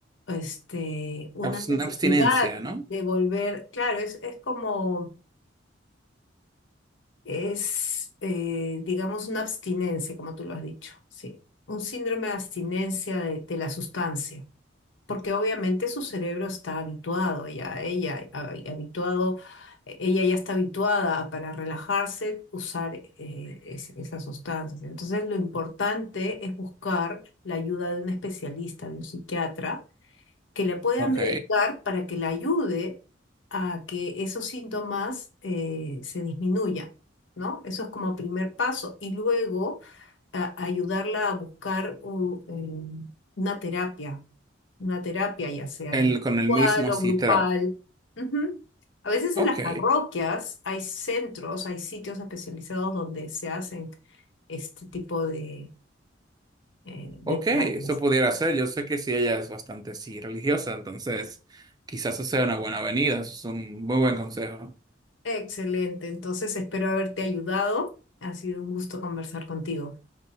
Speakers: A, on the left; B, on the right.
A: este, una
B: Abs-
A: necesidad
B: Una abstinencia, ¿no?
A: de volver. Claro, es, es como, es, eh, digamos, una abstinencia, como tú lo has dicho, sí. Un síndrome de abstinencia de de la sustancia porque obviamente su cerebro está habituado ya, ella, ha- habituado, e- ella ya está habituada a, para relajarse usar eh, es- esas sustancias. Entonces, lo importante es buscar la ayuda de un especialista, de un psiquiatra, que la pueda
B: Ok.
A: medicar para que la ayude a que esos síntomas eh, se disminuyan. ¿No? Eso es como primer paso. Y luego a- ayudarla a buscar u- em, una terapia una terapia, ya sea
B: El,
A: individual
B: con el mismo
A: o
B: citra.
A: grupal. Ujú. A veces
B: Ok.
A: en las parroquias hay centros, hay sitios especializados donde se hacen este tipo de, eh, de
B: Ok,
A: terapias.
B: eso pudiera ser. Yo sé que sí, ella es bastante sí religiosa, entonces quizás eso sea una buena avenida. Eso es un muy buen consejo.
A: Excelente, entonces espero haberte ayudado. Ha sido un gusto conversar contigo.